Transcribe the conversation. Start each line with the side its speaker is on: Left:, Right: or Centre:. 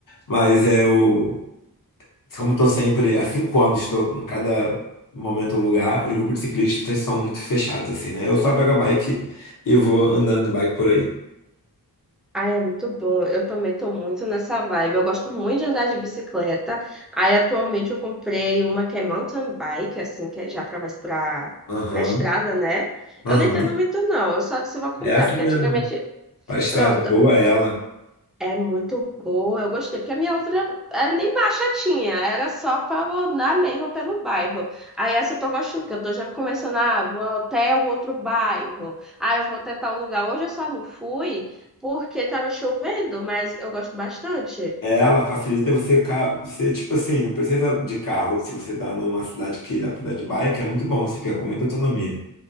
Left: mas eu, como estou sempre, há cinco anos estou em cada momento um lugar, os grupos de ciclistas são muito fechados, assim, né? Eu só pego a bike e vou andando de bike por aí.
Centre: Ai, é muito bom. Eu também tô muito nessa vibe. Eu gosto muito de andar de bicicleta. Aí atualmente eu comprei uma que é mountain bike, assim, que é já para mais para
Left: Aham,
Centre: para estrada, né? Eu
Left: aham.
Centre: não entendo muito não. Eu só disse vou comprar,
Left: É assim
Centre: porque
Left: mesmo.
Centre: antigamente
Left: A estrada
Centre: Pronto,
Left: é boa, é ela.
Centre: É muito boa, eu gostei, porque a minha outra é, nem marcha tinha, era só pra eu andar mesmo pelo bairro. Aí essa eu tô gostando, porque eu tô já começando, ah, vou até o outro bairro, ah, eu vou até tal lugar. Hoje eu só não fui porque tava chovendo, mas eu gosto bastante.
Left: É Ela facilita você, ca- você, tipo assim, não precisa de carro. Se você tá numa cidade que dá pra andar de bike, é muito bom, você fica com muita autonomia.